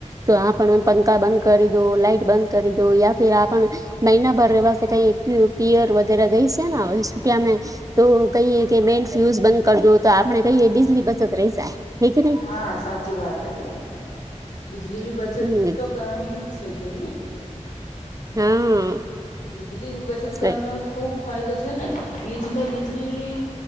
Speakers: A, on the right; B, on the left.
A: તો આ પખા કરી દો લાઇટ બંધ કરી દો યા ફર આપણ મહિના ભર રહેવા ક પિયર વગેરે ગઈ છેને, સુમે તો કહીએ કે મેન ફ્યુઝ બંધ કર દો તો આપણે કહીએ બીજલી બચત રહી જાય, હે કે નહી
B: હા સાચી વાત હ બેન બીજળીની બચત
A: હમ
B: તો કરવાની જ છે, જેની
A: હા
B: બીજલી બચત કરના
A: હમ
B: ખૂબ ફાયદો છે ને બીચ મે બિજલી